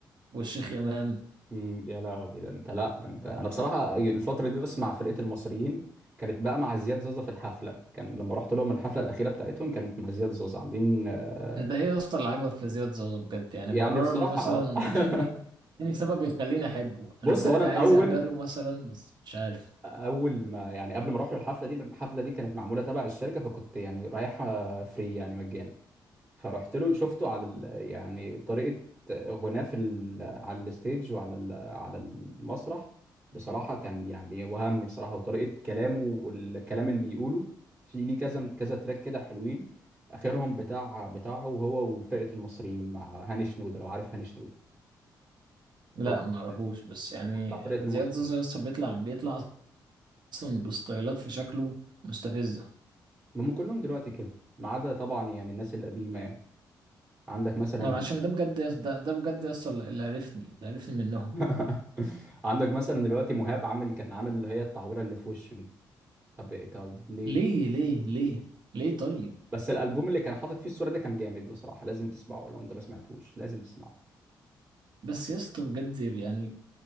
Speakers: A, on the right; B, on the right.
A: والشيخ إمام
B: مم، يا لهوي ده انت لا ده انت انا بصراحه الفتره دي بس مع فرقه المصريين كانت بقى مع زياد زوزة في الحفله كان لما رحت لهم الحفله الاخيره بتاعتهم كانت مع زياد زوزة عاملين آه،
A: انت ايه يا اسطى اللي عاجبك في زياد زوزو بجد يعني
B: يعني
A: برر
B: بصراحه
A: لي مثلا
B: آه. <laughs>
A: اديني اديني سبب يخليني احبه
B: بص
A: انا بجد
B: هو انا الاول
A: عايز اقبله
B: <laughs>
A: مثلا بس مش عارف
B: اول ما يعني قبل ما اروح له الحفله دي الحفله دي كانت معموله تبع الشركه فكنت يعني رايحه فري يعني مجانا فرحت له شفته على ال... يعني طريقة غناه في ال... على الستيج وعلى ال... على المسرح بصراحة كان يعني وهمني بصراحة وطريقة كلامه والكلام اللي بيقوله في ليه كذا كذا تراك كده حلوين آخرهم بتاع بتاعه هو وفرقة المصريين مع هاني شنودة لو عارف هاني شنودة
A: لا
B: هو
A: ما اعرفوش
B: ال-
A: بس يعني
B: بتاع فرقة المصريين
A: زياد زوزو يا اسطى بيطلع بيطلع اصلا بستايلات في شكله مستفزه
B: هم كلهم دلوقتي كده ما عدا طبعا يعني الناس القديمة يعني عندك مثلا
A: ما عشان ده بجد يا اسطى ده, ده بجد يا اسطى اللي اللي عرفني اللي عرفني منهم
B: <laughs> عندك مثلا دلوقتي مهاب عامل كان عامل اللي هي التعويرة اللي في وشه دي طب طب ليه
A: ليه ليه ليه
B: ليه
A: ليه طيب
B: بس الالبوم اللي كان حاطط فيه الصوره ده كان جامد بصراحه لازم تسمعه لو انت ما سمعتوش لازم تسمعه
A: بس يا اسطى بجد يعني